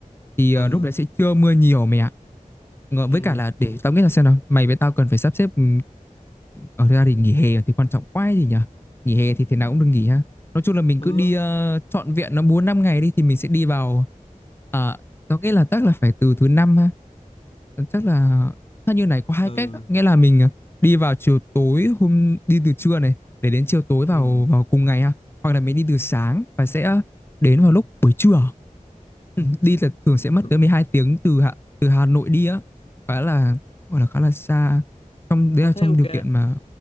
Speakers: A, on the left; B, on the left.
A: Thì ờ,
B: ừ
A: lúc đấy sẽ chưa mưa nhiều mày ạ. Ngờ- Với
B: ừ
A: cả là để tao nghĩ là xem nào, mày với tao cần phải sắp xếp ừ, ở ra thì nghỉ hè thì quan trọng quá ấy gì nhỉ? Nghỉ hè thì thế nào cũng được nghỉ ha. Nói chung là mình
B: ừ
A: cứ đi
B: á,
A: uh, trọn vẹn nó 4 5 ngày đi thì mình sẽ đi vào ờ, tao nghĩ là chắc là phải từ thứ năm Ờ, chắc là theo như này có hai
B: ừ
A: cách á. nghĩa là mình à, đi vào chiều tối hôm đi từ trưa này để đến chiều tối vào
B: Ừ.
A: vào cùng ngày ha hoặc là mình đi từ sáng và sẽ đến vào lúc buổi trưa Ừ, đi là thường sẽ mất
B: Ừ.
A: tới 12 tiếng từ Hà, từ Hà Nội đi á khá là gọi là khá là xa trong đấy
B: Tôi
A: là trong
B: thấy ok
A: điều kiện mà